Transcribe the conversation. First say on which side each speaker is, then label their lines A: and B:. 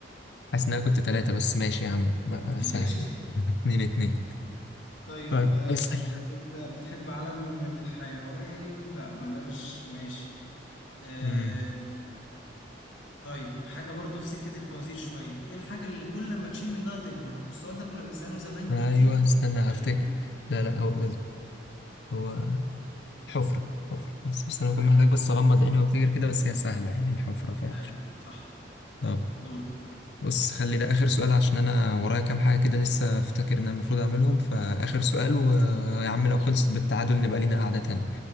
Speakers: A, on the left; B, on the left.
A: حاسس إن أنا كنت تلاتة بس ماشي يا عم ما-
B: <laughs>
A: آه، سهل
B: ماشي
A: <laughs> اتنين اتنين
B: طيب
A: طيب
B: آه،
A: اسأل
B: انت بتحب عالم الحيوان لا بلاش ماشي آه،
A: مم.
B: طيب حاجه برضو في سكه الفوازير شويه ايه الحاجه اللي كل ما تشيل منها تكبر والسؤال ده كنا بنساله زمان
A: أيوه
B: كتير
A: استنى أفتكر
B: غريب
A: لا لا هو هو حفرة حفرة بس بس أنا بكون
B: عيب
A: محتاج بس أغمض عيني وأفتكر كده بس هي سهلة يعني الحفرة فعلا
B: عيب صح
A: طب
B: دورك
A: بص خلي ده آخر سؤال عشان أنا ورايا كام حاجة كده لسه أفتكر إن أنا المفروض أعملهم فآخر سؤال ويا عم لو خلصت بالتعادل نبقى لينا قعدة تانية